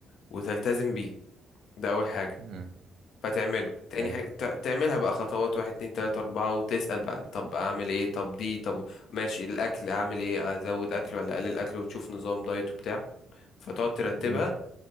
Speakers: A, on the left; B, on the right.
A: وتلتزم بيه ده أول حاجة
B: مم.
A: فتعمله تاني
B: اي
A: حاجة ت- تعملها بقى خطوات واحد اتنين تلاتة أربعة وتسأل بقى طب أعمل إيه طب دي طب ماشي الأكل أعمل إيه أزود أكل ولا أقلل أكل وتشوف نظام دايت وبتاع فتقعد ترتبها
B: مم.